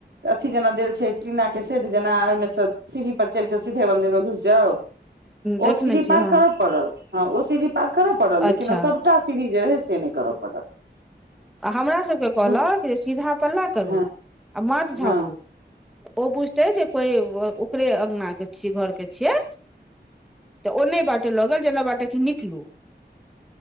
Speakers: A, on the right (about 75°); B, in the centre.
A: अथी जेना देल छै टीना के सेड जेना ओहिमे सँ सीरही पर चढ़ि कऽ सीधे मंदिर मे घुइस जाउ ओ
B: देखने
A: सीरही
B: छियै
A: पार
B: हँ
A: करऽ पड़त हँ ओ सीरही पार करय पड़ल
B: अच्छा
A: लेकिन ओ सभटा सीरही जे रहै से नहि करय पड़ल
B: आ हमरा सभकेँ कहलक
A: दू
B: जे सीधा पल्ला करू
A: हँ
B: आ माथ झाँपू
A: हँ
B: ओ बुझतै जे कोइ ओकरे अङ्गनाके छिय घरके छियै तऽ ओने बाटे लगेल जेना बाटे कि निकलू